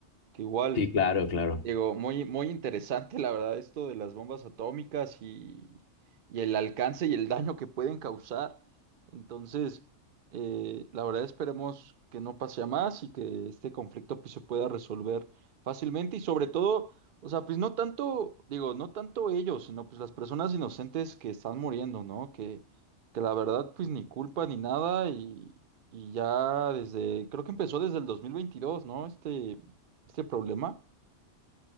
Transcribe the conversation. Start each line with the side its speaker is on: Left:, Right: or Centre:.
Right: Que igual,
Left: Sí, claro, claro.
Right: Digo, muy, muy interesante, la verdad, esto de las bombas atómicas y, y el alcance y el daño que pueden causar. Entonces, eh, la verdad, esperemos que no pase a más y que este conflicto pues, se pueda resolver fácilmente y sobre todo, o sea, pues no tanto, digo, no tanto ellos, sino pues las personas inocentes que están muriendo, ¿no? Que, que la verdad, pues ni culpa ni nada y, y ya desde, creo que empezó desde el dos mil veintidós ¿no? Este, este problema.